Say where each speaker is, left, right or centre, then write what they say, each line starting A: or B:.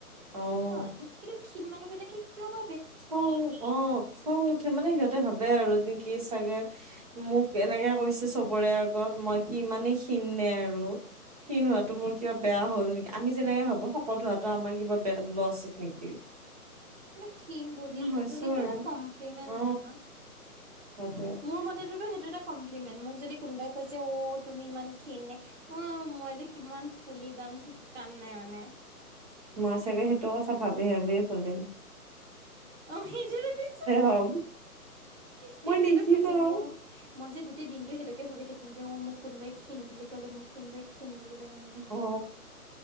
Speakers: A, on the right; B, on the right.
A: অ',
B: নহয় কিন্তু ক্ষীণ মানুহ বিলাকে কিয় ভ।
A: খং অ খং উঠে মানে সিহঁতে ভাবে আৰু ন কি চাগে মোক। কেনেকে কৈছো চবৰে আগত মই কি ইমানেই ক্ষণ নে আৰু। সিন হোৱাটো মোৰ কিবা বেয়া হ'ল নেকি আমি যেনেকে ভাবো শকত হোৱাটো আমাৰ কিবা বেয়া লছ নেকি। <unintelligible>
B: কিন্তু ক্ষীণ বডিটোতো
A: উ হৈছো
B: সেইটো
A: আৰু
B: এটা কমপ্লিমেণ্ট
A: অ
B: হয় ন।
A: সেইটোৱে
B: মোৰ মতেতোতো সেইটো। মই এটা কমপ্ৰন মেইন মোক জদি কয়জে অ হ তোমি ইমান খিনি নে অহ মই য়ে কিমান ফোলিম? যাম ঠিক কান নাই মানে।
A: মই চাগে সেইটো কথা ভাবি ভাবিয় কলম।
B: অ সেই যছ।
A: হম
B: সেইটোয়েতো
A: মই নিক্ষীণাও
B: কৈছো মোৰ মই যে গোতেই দিনটো সেইটোকে ভাবি থাকিম? যে মোক কোনোবাই বুলি কলে বোলি মোক কোনোবাই? ক্ষীণ বুলি ক'লে এনেকে
A: অ